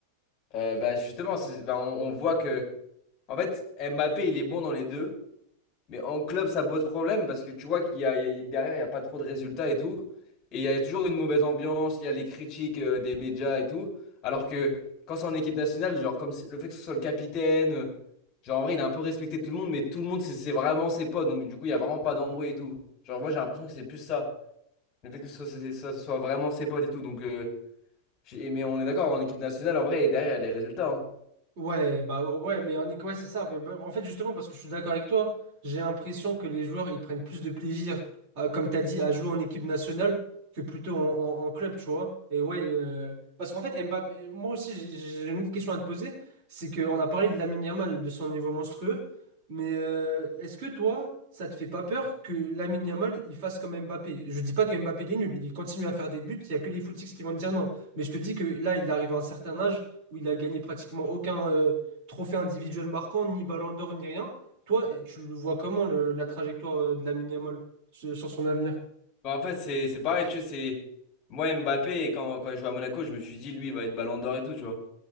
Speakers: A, on the left; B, on the right.
A: Euh, bah, justement, c'est- bah, on, on voit que, en fait, Mbappé, il est bon dans les deux, Mais en club, ça pose problème parce que tu vois qu'il y a, il y a- derrière, il n'y a pas trop de résultats et tout. Et il y a toujours une mauvaise ambiance, il y a les critiques euh, des médias et tout. Alors que quand c'est en équipe nationale, genre, comme c'est- le fait que ce soit le capitaine, euh, genre, en vrai, il a un peu respecté tout le monde, mais tout le monde, c'est c'est vraiment ses potes. Donc, du coup, il n'y a vraiment pas d'embrouille et tout. Genre, moi, j'ai l'impression que c'est plus ça. Le fait que ce soit, c'est- ça soit vraiment ses potes et tout. Donc, euh, j'ai- mais on est d'accord, en équipe nationale, en vrai, derrière, il y a les résultats. hein.
B: Ouais, bah ouais, mais en est- ouais, c'est ça. Mais bah, en fait, justement, parce que je suis d'accord avec toi, j'ai l'impression que les joueurs ils prennent plus de plaisir, à- comme tu as dit, à jouer en équipe nationale que plutôt en, en- en club, tu vois. Et ouais, euh, parce qu'en fait, Mbappé, moi aussi, j'ai j'ai une autre question à te poser. C'est qu'on a parlé de Lamine Yamal, de son niveau monstrueux, mais euh, est-ce que toi, ça te fait pas peur que Lamine Yamal il fasse comme Mbappé? Je dis pas que Mbappé il est nul, il continue à faire des buts, il y a que les footix qui vont te dire non. Mais je te dis que là, il arrive à un certain âge où il a gagné pratiquement aucun euh, trophée individuel marquant, ni Ballon d'Or, ni rien. Toi, tu le vois comment le- la trajectoire euh, de la Yamal sur, sur son avenir?
A: Bah, en fait, c'est c'est pareil, tu sais, c'est... Moi, Mbappé, quand, quand il jouait à Monaco, je me suis dit, lui, il va être ballon d'or et tout, tu vois.